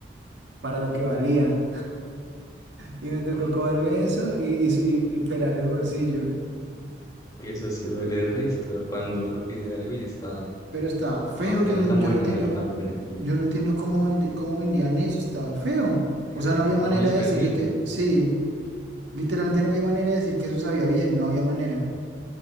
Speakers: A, on the right (about 85°); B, on the left (about 20°).
A: para lo que valía. Y me
B: uy,
A: tocó comerme eso y, y, y- y pelar el bolsillo.
B: uy, eso sí duele el resto cuando uno pide algo y está
A: Pero estaba feo,
B: No, de
A: yo
B: no
A: no,
B: tan
A: yo
B: buena,
A: no entiendo,
B: de no tan buena calidad.
A: yo no entiendo cómo, vende- cómo vendían eso, estaba feo.
B: Epa,
A: O sea, no había
B: ¿cómo
A: manera
B: les
A: de
B: permiten?
A: decirle que sí, literalmente no había manera de decir que eso sabía bien, no había manera.